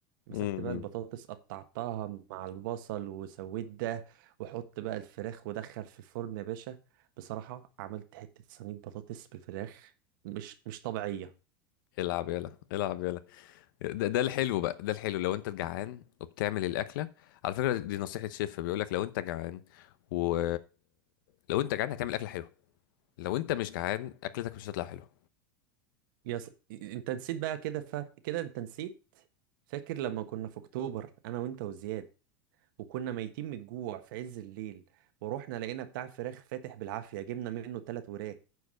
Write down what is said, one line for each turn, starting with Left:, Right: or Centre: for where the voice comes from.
Right: مسكت
Left: مم.
Right: بقى البطاطس قطعتها مع البصل وسويت ده وحط بقى الفراخ ودخل في الفرن يا باشا بصراحة عملت حتة صينية بطاطس بالفراخ مش مش طبيعية
Left: العب يلا العب يلا ده, ده الحلو بقى ده الحلو لو انت جعان وبتعمل الاكله على فكره دي نصيحه شيف بيقول لك لو انت جعان و لو انت جعان هتعمل اكله حلوه لو انت مش جعان اكلتك مش هتطلع حلوه
Right: يا س... انت نسيت بقى كده ف... كده انت نسيت فاكر لما كنا في اكتوبر انا وانت وزياد وكنا ميتين من الجوع في عز الليل ورحنا لقينا بتاع فراخ فاتح بالعافية جبنا منه تلات وراك